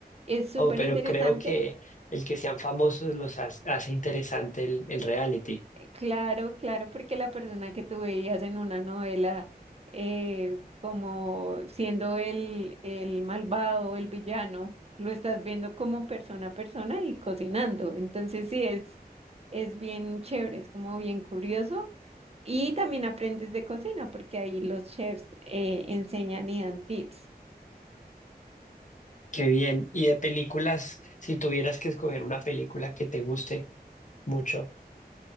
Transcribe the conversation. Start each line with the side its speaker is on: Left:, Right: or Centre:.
Right: Es súper
Left: Oh, pero
Right: interesante
Left: creo que el que sean famosos los ha- hace interesante el, el reality.
Right: Claro, claro, porque la persona que tú veías en una novela eh, como siendo el, el malvado, el villano, lo estás viendo como persona a persona y cocinando. Entonces sí, es, es bien chévere, es como bien curioso. Y también aprendes de cocina, porque ahí los chefs eh, enseñan y dan tips.
Left: Qué bien. Y de películas, si tuvieras que escoger una película que te guste mucho,